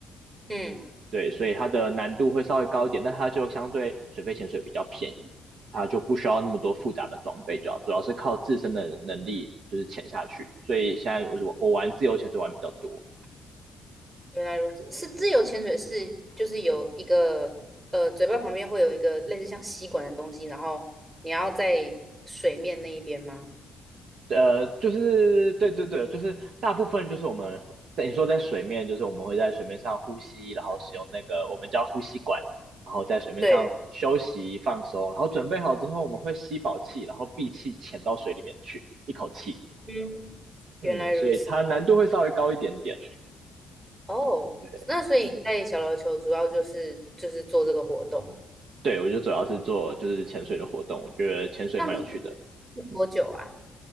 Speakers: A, on the right; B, on the right.
A: 嗯，
B: 对，所以它的难度会稍微高一点，但它就相对水肺潜水比较便宜，它就不需要那么多复杂的装备，主要主要是靠自身的能力就是潜下去。所以现在我我我玩自由潜水玩比较多，
A: 原来如此。是自由潜水是就是有一个呃嘴巴旁边会有一个类似像吸管的东西，然后你要在水面那一边吗？
B: 呃，就是对对对，就是大部分就是我们在你说在水面，就是我们会在水面上呼吸，然后使用那个我们叫呼吸管，然后在水面上休息放松，
A: 对，
B: 然后准备好之后我们会吸饱气，然后闭气潜到水里面去，一口气。
A: 嗯，原来如此。
B: 嗯，所以它难度会稍微高一点点。
A: 哦，
B: 对，
A: 那所以你在小琉球主要就是就是做这个活动。
B: 对我就主要是做就是潜水的活动，我觉得潜水蛮有趣的。
A: 这样子去多久啊？
B: 嗯，